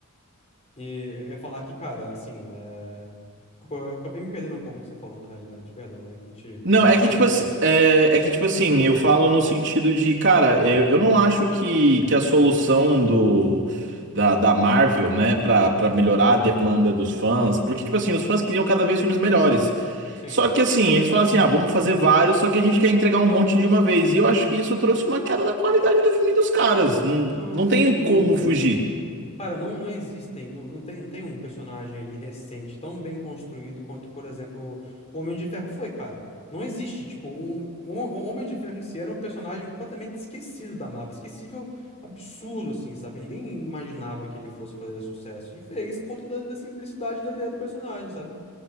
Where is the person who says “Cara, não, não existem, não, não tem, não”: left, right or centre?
Left